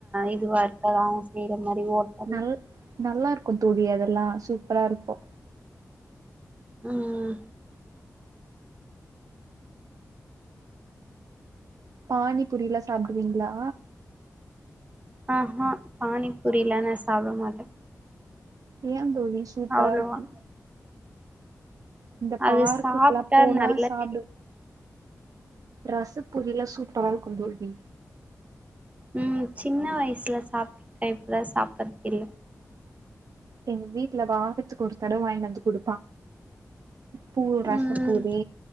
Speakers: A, on the right; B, on the right.
A: இதுவா இருக்காது அவ்ங்க செய்ற மாரி ஓட்டல்
B: நல் நல்லா இருக்கு தோழி அதெல்லா சூப்பரா இருக்கு
A: ம் ம்
B: பானிபுரிலா சாப்டுவீங்ளா
A: ஆஹா பானிபூரிலா நா சாப்பட மாட்டே
B: ஏ தோழி சூப்பரா
A: அவ்ளோவா
B: இருக்கு இந்த
A: அது
B: பார்க்குக்குல்லா
A: சாப்ட்டா
B: போனா
A: நல்லது
B: சாப்டு ரச பூரில சூப்பரா இருக்கு தோழி
A: ம் சின்ன வயசுல சாப்ட்ருக்கே இப்பல்லா சாப்டதில்ல
B: எங்க வீட்டு்ல வாரத்துக்கு ஒரு தடவ வாங்கி வந்து குடு பூ ரசப்பூரி
A: ம்